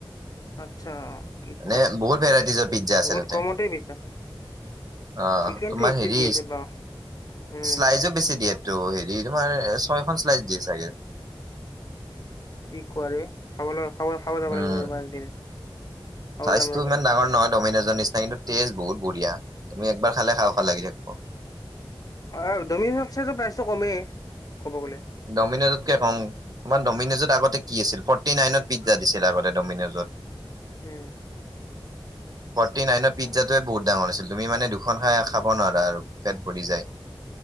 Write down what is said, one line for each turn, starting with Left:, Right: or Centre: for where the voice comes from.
Left: আচ্ছা কি
Right: মানে
Left: কোৱা
Right: বহুত ভেৰাইটিজৰ পিজ্জা আছে
Left: বহুত
Right: তাতে।
Left: কমতেই বেচা
Right: অ
Left: চিকেনটো
Right: তোমাৰ
Left: এইট্টিত
Right: হেৰি
Left: দি আছে বা উম,
Right: শ্লাইজো বেছি দিয়ে। ত' হেৰি তোমাৰ ছয়খন শ্লাইচ দিয়ে চাগে।
Left: কি কৰে খাবলৈ খাব খাব যাব
Right: উম,
Left: লাগিব ৰ'বা একদিন খাব
Right: চাইজটো
Left: যাম ৰ'বা
Right: ইমান ডাঙৰ নহয় ডমিনজৰ নিচিনা কিন্তু তেজ বহুত বঢ়িয়া, তুমি এবাৰ খালে খাও খাও লাগি থাকিব।
Left: অ ডমিনজ প্ৰাইচটো কমেই। ক'ব গ'লে
Right: ডমিন'জতকে কম, ইমান ডমিন'জত আগতে কি আছিল ফৰ্টি নাইনত পিজ্জা দিছিল আগতে ডমিন'জত।
Left: উম।
Right: ফৰ্টি নাইনৰ
Left: আচ্ছা
Right: পিজ্জাটোৱে বহুত ডাঙৰ হৈছিল, তুমি মানে দুখন খাই খাব নোৱাৰা আৰু পেট ভৰি যায়।